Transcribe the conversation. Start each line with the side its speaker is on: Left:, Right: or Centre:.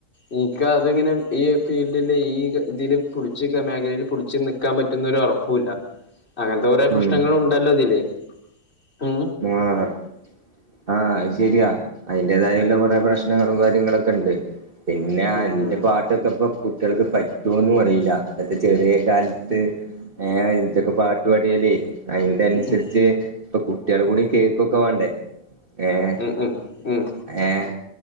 Left: എനിക്ക് അതിങ്ങനെ ഈ ഫീൽഡില് ഈ ഇതിൽ പിടിച്ച മേഖലയിൽ പിടിച്ചച്ച് നൽക്കാൻ പറ്റുന്ന ഒരു ഉറപ്പും ഇല്ല. അങ്ങനത്തെ കുറെേ പ്രശ്നങ്ങൾ
Right: ഉം
Left: ഉണ്ടല്ലോ അതില് ഉം
Right: <unintelligible> ആഹ് ശരിയാ അതിന്റെതായല്ല കുറെ പ്രശ്നങ്ങളും കാര്യങ്ങളൊക്കെ ഉണ്ട്. പിന്നെ
Left: ഉം
Right: എന്റെ
Left: ഉം
Right: പാട്ടൊക്കെ ഇപ്പൊ കുട്ടികൾക്ക് പറ്റുമന്നും അറിയില്ല എന്നത്തെ ചെറിയ കാലത്ത് ഏഹ് ഇജ്ജ്ക്കെ പാട്ട്പാടിയല്ലേ അതിന്റെ അനുസരിച്ച്
Left: ഉം
Right: ഇപ്പൊ കുട്ടികൾ കൂടി കേക്കൊക്കെ വേണ്ടേ ഏഹ്
Left: ഉം ഉം ഉം
Right: ഏഹ്